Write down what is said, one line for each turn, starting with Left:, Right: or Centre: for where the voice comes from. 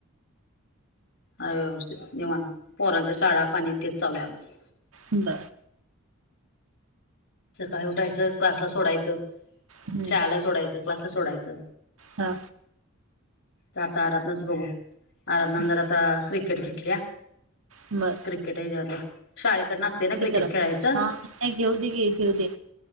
Left: हाय व्यवस्थित निवांत. पोरांच्या शाळा पाणी तेच चालू आहे आमचं.
Right: ब
Left: सकाळी उठायचं क्लासला सोडायचं,
Right: हम्म
Left: शाळेला सोडायचं, क्लासला सोडायचं.
Right: हा.
Left: ता तारातनच बघू. <unintelligible> नंतर
Right: हा.
Left: आता क्रिकेट घिटल्या
Right: बरं.
Left: क्रिकेट ह्याच्यातल शाळेकडन आसतय न क्रिकेट
Right: जरा
Left: खेळायचं?
Right: हा नाही घेऊ दे घे घेऊ दे